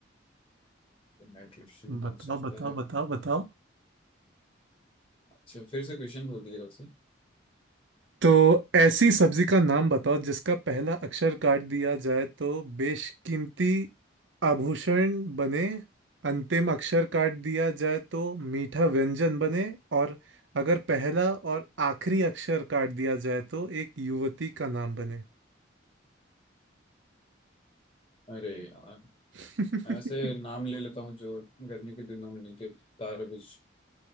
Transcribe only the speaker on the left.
न्यूट्रिशन पहुंचाता
है
अच्छा फिर से क्वेश्चन बोल दीजिएगा उसे
अरे यार
मैं वैसे नाम ले लेता हूँ जो गर्मी के दिनों में मिलते तारबूज